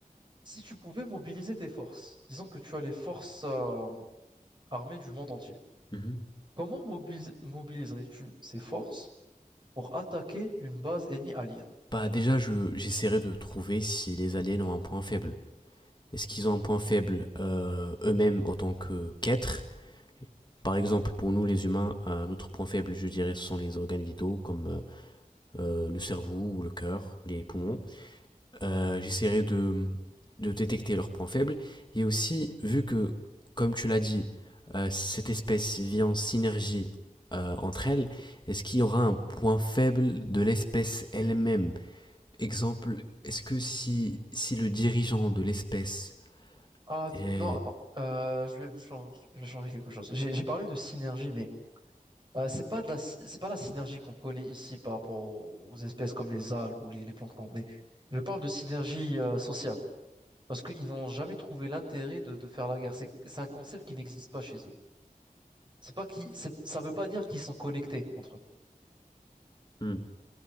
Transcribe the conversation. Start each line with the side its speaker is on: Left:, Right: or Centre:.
Right: si tu pouvais mobiliser tes forces, disons que tu as les forces euh, armées du monde entier,
Left: Mhm.
Right: comment mobilis- mobiliserais-tu ces forces? pour attaquer une base ennemie alien.
Left: Bah déjà, je, j'essaierai de trouver si les aliens ont un point faible. Est-ce qu'ils ont un point faible euh, eux-mêmes en tant que qu'êtres? Par exemple, pour nous les humains, un autre point faible, je dirais, ce sont les organes vitaux comme euh, euh, le cerveau ou le cœur, les poumons. Euh, j'essaierai de, de détecter leurs points faibles. Et aussi, vu que, comme tu l'as dit, euh, cette espèce vit en synergie euh, entre elles, est-ce qu'il y aura un point faible de l'espèce elle-même? Exemple, est-ce que si, si le dirigeant de l'espèce
Right: Ah, dis-
Left: est...
Right: non, attends, Euh, je vais, je vais changer je vais changer quelque chose. J'ai j'ai parlé de synergie, mais Euh, c'est pas de la, sy- c'est pas la synergie qu'on connaît ici par rapport aux, aux espèces comme les algues ou les, les planctons, mais je parle de synergie euh, sociale parce qu'ils n'ont jamais trouvé l'intérêt de, de faire la guerre. C'est, c'est un concept qui n'existe pas chez eux. C'est pas qui, ça veut pas dire qu'ils sont connectés entre eux.
Left: Hmm.